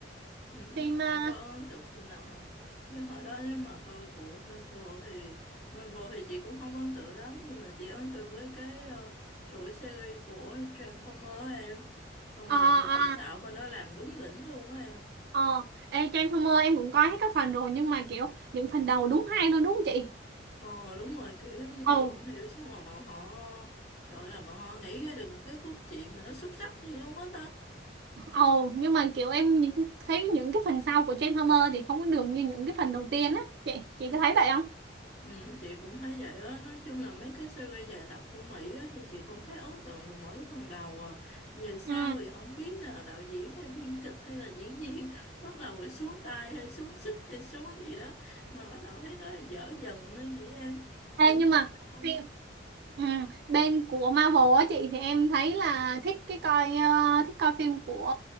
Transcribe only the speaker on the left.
ừ,
em có ấn tượng phim nào không chứ hồi đó nếu mà coi của Marvel thì Marvel thì chị cũng không ấn tượng lắm nhưng mà chị ấn tượng với cái ờ, chuỗi series của Transformer á em công
nhận là
kỹ xảo bên đó làm đúng đỉnh luôn á em
ờ đúng rồi kiểu giống như là
không hiểu sao mà bọn họ gọi là bọn họ nghĩ ra được một cái cốt truyện mà nó xuất sắc gì luôn á ta
Ừ, chị cũng thấy vậy á nói chung là mấy cái series dài tập của Mỹ á, thì chị cũng thấy ấn tượng được mỗi phần đầu à về sau
thì không biết là đạo diễn hay biên kịch hay là diễn viên <laughs> bắt đầu rồi xuống tay hay xuống sức hay xuống gì đó mà bắt đầu thấy nó dở dần á vậy em
kiểu giống
như nó không